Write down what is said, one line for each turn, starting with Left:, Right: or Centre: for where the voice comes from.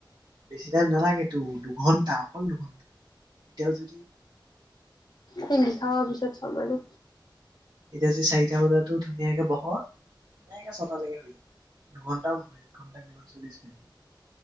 Right: বেছি টাইম নালাগে তো দুঘন্টা অকল দুঘন্টা এতিয়াও যদি
Left: ভিন্দি খাব পিছত ত চ মাৰো
Right: এতিয়া যদি চাৰিটা বজাতো ধুনীয়াকে বহ নে ছটালৈকে হৈ যওঁ দুঘন্টাও নহয় এক ঘন্টা কিমান চল্লিশ মিনিট